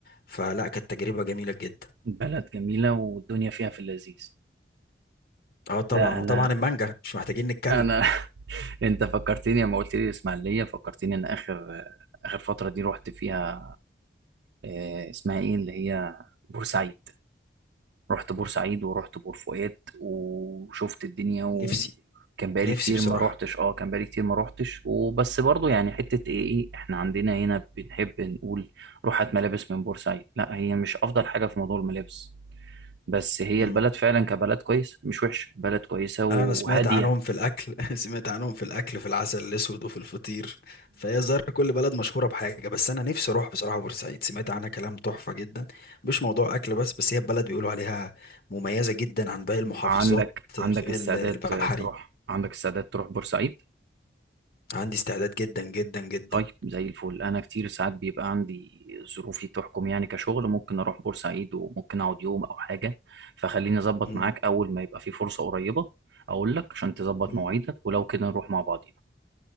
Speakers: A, on the left; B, on the right.
A: فلا كانت تجربة جميلة جدا
B: بلد جميله والدنيا فيها في اللذيذ
A: اه طبعا
B: لا انا
A: وطبعا المانجا مش محتاجين نتكلم
B: انا <laughs> انت فكرتني لما قلت لي الاسماعيليه فكرتني ان اخر اخر فتره دي رحت فيها آه، اسمها ايه اللي هي بورسعيد رحت بورسعيد ورحت بور فؤاد وشفت الدنيا وكان
A: نفسي
B: بقالي
A: نفسي
B: كتير
A: بصراحة
B: ما روحتش اه كان بقالي كتير ما روحتش وبس برضو يعني حته ايه ايه احنا عندنا هنا بنحب نقول روحت ملابس من بورسعيد لا هي مش افضل حاجه في موضوع الملابس بس هي
A: مم.
B: البلد فعلا كبلد كويس مش وحش البلد كويسه وهاديه
A: انا سمعت عنهم في الاكل <laughs> سمعت عنهم في الاكل في العسل الاسود وفي الفطير فهي الظاهر كل بلد مشهورة بحاجة بس انا نفسي اروح بصراحة بورسعيد سمعت عنها كلام تحفة جدا مش موضوع اكل بس بس هي بلد بيقولوا عليها مميزة جدا عن باقي المحافظات
B: عندك عندك
A: ال-
B: استعداد
A: البحري
B: تروح عندك استعداد تروح بورسعيد
A: عندي استعداد جدا جدا جدا
B: طيب زي الفل انا كتير ساعات بيبقى عندي ظروفي تحكم يعني كشغل ممكن اروح بورسعيد وممكن اقعد يوم او حاجه فخليني اظبط
A: مم.
B: معاك اول ما يبقى في فرصه قريبه اقول لك عشان تظبط
A: مم.
B: مواعيدك ولو كده نروح مع بعضينا